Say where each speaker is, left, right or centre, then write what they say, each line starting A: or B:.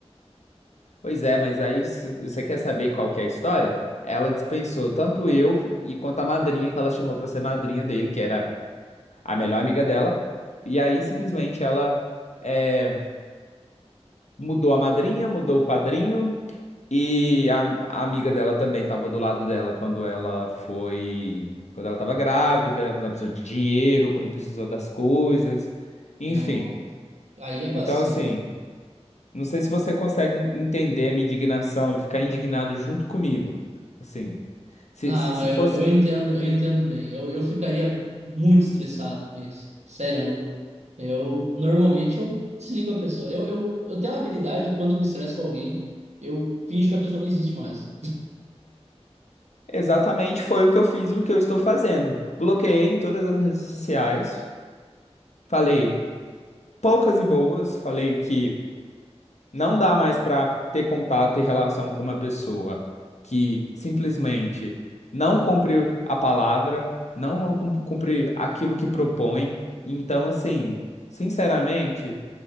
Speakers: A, on the left; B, on the right.
A: Pois é, mas aí se- você quer saber qual que é a história? Ela dispensou tanto eu que- e quanto a madrinha que ela chamou para ser madrinha dele, que era a melhor amiga dela. E aí simplesmente ela é, mudou a madrinha, mudou o padrinho e a, a amiga dela também estava do lado dela quando ela foi, quando ela estava grávida, quando ela precisou de dinheiro, quando precisou das coisas, enfim.
B: Não. Aí é
A: Então,
B: vacilo.
A: assim, não sei se você consegue en- entender a minha indignação e ficar indignado junto comigo. Assim, se,
B: Ah,
A: se,
B: mas
A: se fosse
B: eu, eu entendo, eu entendo bem. Eu, eu ficaria muito estressado mesmo. Sério. Eu normalmente eu desligo a pessoa. Eu, eu, eu tenho uma habilidade, quando eu me estresso com alguém, eu finjo que a pessoa não existe mais.
A: exatamente foi o que eu fiz e o que eu estou fazendo. Bloqueei em todas as redes sociais, falei poucas e boas, falei que não dá mais para ter contato e relação com uma pessoa que simplesmente não cumpre a palavra, não cum- cumpre aquilo que propõe. Então, assim, sinceramente.